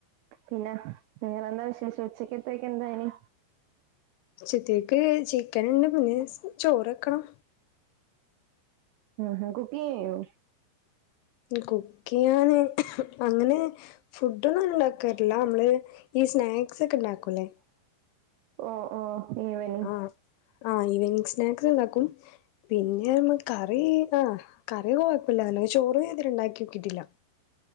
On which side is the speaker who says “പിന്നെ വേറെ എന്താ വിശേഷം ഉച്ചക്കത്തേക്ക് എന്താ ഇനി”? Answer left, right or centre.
Right